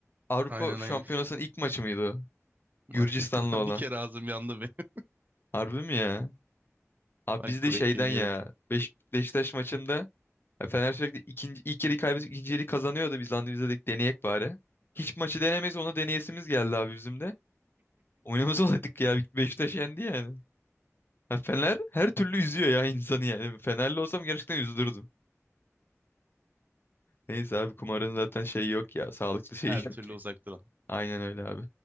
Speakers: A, on the left; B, on the right.
A: Avrupa
B: Aynen
A: Şampiyonası'nın
B: aynen.
A: ilk maçı mıydı? o?
B: <laughs>
A: Gürcistan'la
B: Aynen.
A: olan.
B: Bir kere ağzım yandı benim.
A: Harbi mi ya? Abi
B: Ben
A: biz
B: kuru
A: de şeyden
B: ekmeğimi
A: ya.
B: yerim abi.
A: Beş, Beşiktaş maçında ya Fener sürekli ikinci, ilk yeri kaybedip ikinci yeri kazanıyordu. Biz lan biz de dedik deneyek bari. Hiç maçı denemeyiz onu deneyesimiz geldi abi bizim de. Oynamaz <laughs> olaydık ya. Beşiktaş yendi yani. Ha, Fener her türlü üzüyor ya insanı yani. Fenerli olsam gerçekten üzülürdüm. Neyse abi kumarın zaten şeyi yok ya. Sağlıklı şeyi
B: Her
A: yok.
B: türlü uzak duran.
A: Aynen öyle abi.